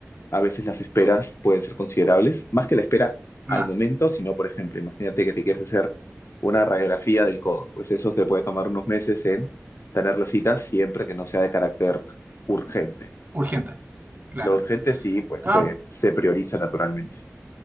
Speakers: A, on the left (about 60°); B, on the right (about 40°).
A: a veces las esperas pueden ser considerables, más que la espera al
B: No,
A: momento,
B: sí.
A: sino, por ejemplo, imagínate que te quieres hacer una radiografía del codo. Pues eso te puede tomar unos meses en tener la cita siempre que no sea de carácter urgente.
B: urgente, claro.
A: Lo urgente sí, pues,
B: Ah,
A: se se prioriza naturalmente.